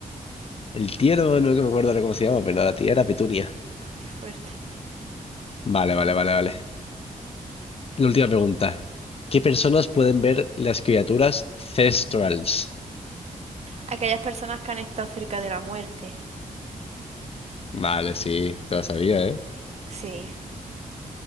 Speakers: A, on the left; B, on the right.
A: El tío no, no que me acuerdo ahora cómo se llama, pero no, la tía era Petunia.
B: qué fuerte.
A: Vale, vale, vale, vale. La última pregunta. ¿Qué personas pueden ver las criaturas Thestrals?
B: Aquellas personas que han estado cerca de la muerte.
A: Vale, sí, te lo sabía, ¿eh?
B: Sí.